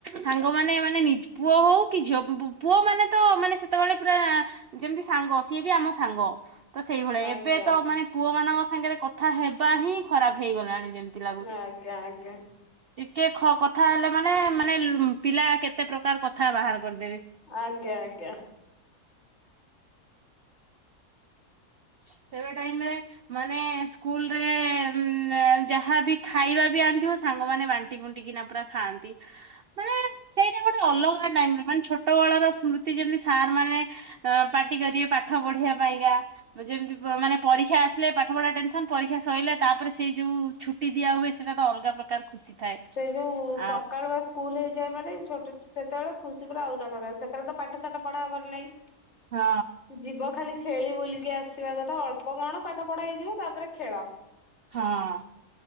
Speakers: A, on the right (about 65°); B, on the left (about 45°).
A: ସାଙ୍ଗମାନେ ମାନେ ନି ପୁଅ ହୋଉ କି ଝିଅ ବୁ ପୁଅ ମାନେ ତ ମାନେ ସେତେବେଳେ ପୁରା ଯେମିତି ସାଙ୍ଗ ସିଏ ବି ଆମ ସାଙ୍ଗ। ତ ସେଇଭଳିଆ
B: ଆଜ୍ଞା
A: ଏବେ ତ ମାନେ ପୁଅ ମାନଙ୍କ ସାଙ୍ଗରେ କଥା ହେବା ହିଁ ଖରାପ ହେଇଗଲାଣି। ଏମିତି ଲାଗୁଚି।
B: ଆଜ୍ଞା ଆଜ୍ଞା
A: ଟିକେ ଖ କଥା ହେଲେ ମାନେ ମାନେ ପିଲା କେତେ ପ୍ରକାର କଥା ବାହାର କରିଦେବେ।
B: ଆଜ୍ଞା ଆଜ୍ଞା।
A: ସେବେ ଟାଇମ୍ ରେ ମାନେ ସ୍କୁଲରେ ଉଁ ଯାହାବି ଖାଇବା ବି ଆଣିିଥିବ ସାଙ୍ଗମାନେ ବା ଣ୍ଟି କୁଣ୍ଟି କିନା ପୁରା ଖାଆନ୍ତି ମାନେ ସେଇଟା ଗୋଟେ ଅଲଗା ଟାଇମ୍ ରେ ମାନେ ଛୋଟବେଳର ସ୍ମୃ ତି ଯେମିତି ସାର୍ ମାନେ ଅ ପାଟି କରିବେ ପାଠ ପଢିବା ପାଇଁକା। ଯେମିତି ଛୁଆମାନେ ପରୀକ୍ଷା ଆସିଲେ ପା ଠ ପଢିବା ଟେନସନ୍ ପରୀକ୍ଷା ସ‌ଇଲା ତାପରେ ସେ ଯୋଉ ଛୁଟି ଦିଆ ହୁଏ। ସେଟା ତ ଅଲଗା ପ୍ରକାର ଖୁସି। ଥାଏ।
B: ସେ ଯୋଉ ସକାଳୁଆ
A: ଆ
B: ସ୍କୁଲ ହେଇଯାଏ ମାନେ ଛୋଟ ସେତେବେଳେ ଖୁସି ପୁରା ଅଲଗା ପ୍ରକାର ସେତେବେଳେ ତ ପାଠ ସାଠ ପଢା ହବାର ନାହିଁ।
A: ହଁ
B: ଯିବ ଖାଲି ଖେଳି ବୁଲିକି ଆସିବା କଥା ଅଳ୍ପ କଣ ପାଠ ପଢ଼ା ହେଇଯିବ ତାପରେ ଖେଳ।
A: ହଁ।